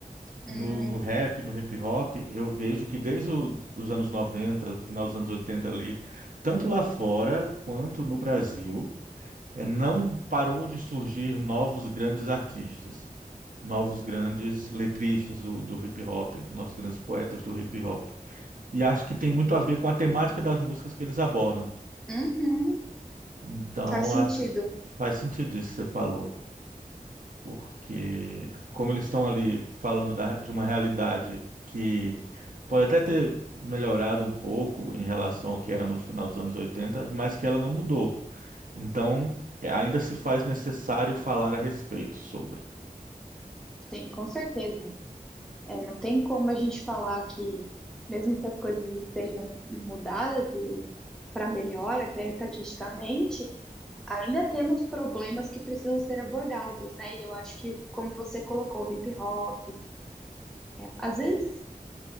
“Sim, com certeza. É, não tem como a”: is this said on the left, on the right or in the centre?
Centre